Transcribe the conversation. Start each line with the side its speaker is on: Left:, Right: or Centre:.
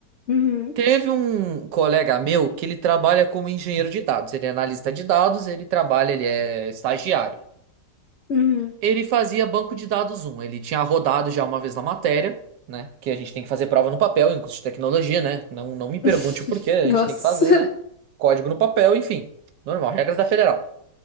Left: Uhum,
Right: Teve um colega meu que ele trabalha como engenheiro de dados, ele é analista de dados, ele trabalha, ele é estagiário.
Left: uhum.
Right: Ele fazia banco de dados um. Ele tinha rodado já uma vez na matéria, né? Que a gente tem que fazer prova no papel, em curso de tecnologia, né? Não, não me pergunte
Left: <laughs>
Right: o porquê, a
Left: Nossa.
Right: gente tem que fazer, né? Código no papel, enfim. Normal, regras da federal.